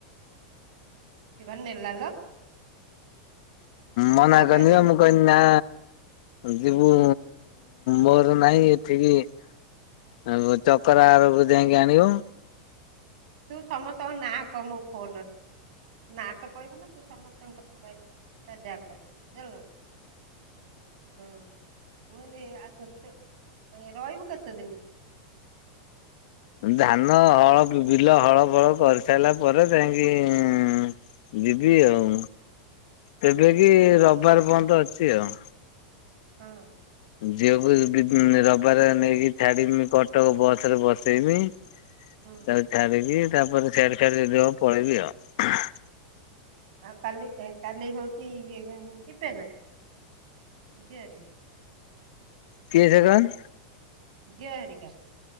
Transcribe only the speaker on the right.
ସିଏବା ନେଲାଲୋ।
କଣ
କହିଲା
ତୁ ସମସ୍ତଙ୍କ ନାଁ କ ମୋ ଫୋନରେ। ନାଁ ତ କହିବୁନି ନା ତୁ ସମସ୍ତଙ୍କ କଥା କହିଲୁ ତା ଯାହା କର, ଜାଣିଲୁ ନା। ହଁ ମୁଁ କହିନି ଆ, ତୁ ତୋ ରଇବୁ କେତେଦିନି?
ହଁ
ହଁ
ହଁ
ହଁ।
ହୁଁ।
ଆଉ କାଲି ଏଁ କାଲି ହଉଚି ଇଏ <unintelligible> ଯିବେ ନା ଝିଅ ହେରିକା?
ଝିଅ ହେରିକା?